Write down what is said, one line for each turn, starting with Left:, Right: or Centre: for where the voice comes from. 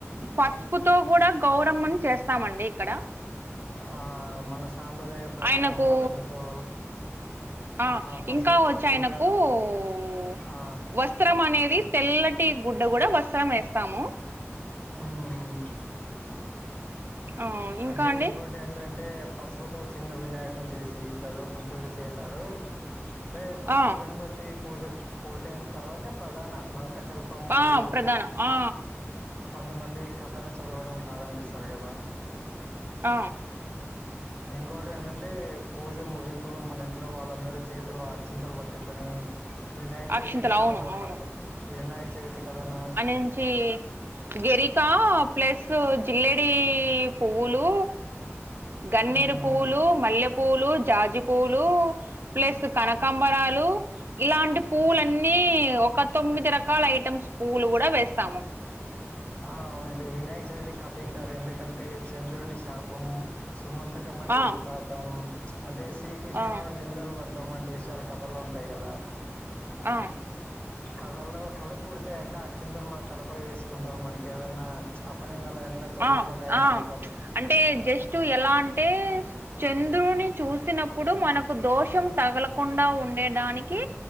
Right: పసుపుతో కూడా గౌరమ్మని చేస్తామండి ఇక్కడ
Left: ఆ మన సాంప్రదాయం ప్రకారం
Right: ఆయనకు
Left: పసుపుతో
Right: ఆ
Left: పసుపుతో
Right: ఇంకా వచ్చి ఆయనకు
Left: చిన్న
Right: వస్
Left: ఆ
Right: వస్త్రం అనేది తెల్లటి గుడ్డ కూడా వస్త్రం వేస్తాము
Left: ఉమ్మ్
Right: ఆ ఇంకా
Left: అంటే
Right: అండి
Left: ఇంకోటి ఏంటంటే పసుపుతో చిన్న వినాయకుడిని చేసి పెద్ద పూజ చేశారు అంటే పసుపు
Right: ఆ
Left: గణపతి పూజ పూర్తయిన తర్వాత ప్రధాన వ్రతకల్పం మరియు
Right: ఆ ప్రధాన ఆ
Left: కొంతమంది కథను చదవడం ప్రారంభిస్తారు కదా
Right: అ
Left: ఇంకోటి ఏంటంటే పూజ ముగింపులో మన ఇంట్లో వాళ్ళందరూ చేతిలో అక్షింతలు పట్టుకొని వినాయక చవితిని
Right: అక్షింతలు
Left: కథను
Right: అవును అవును
Left: తప్ప వినాయక చవితి కథను
Right: ఇంచి గిరిక ప్లస్ జిల్లేడి పువ్వులు గన్నేరు
Left: ఉమ్,
Right: పువ్వులు మల్లె పూలు, జాజిపూలు ప్లస్ కనకాంబరాలు ఇలాంటి పూలన్నీ ఒక తొమ్మిది రకాల ఐటమ్స్ పూలు కూడా వేస్తాము
Left: ఆ ఉంది వినాయక చవితి కతింటారు ఎందుకంటే చంద్రుని శాపము సుమంత కమని వృత్తతం
Right: ఆ
Left: అంటే శ్రీకృష్ణుడు
Right: ఆ
Left: నిందలు పడ్డం వంటి విషయాలు కథల్లో ఉంటాయి కదా
Right: అవు
Left: కథలో కథ పూర్తి అయ్యాక అక్షింతలు మన తలపై వేసుకుంటారు మనకి ఏదన్నా అపనిందన్నా తొలిపదాయె
Right: ఆ
Left: నమకం
Right: ఆ అంటే జస్ట్ ఎలా అంటే చంద్రుని చూసినప్పుడు మనకు దోషం తగలకుండా ఉండేడానికి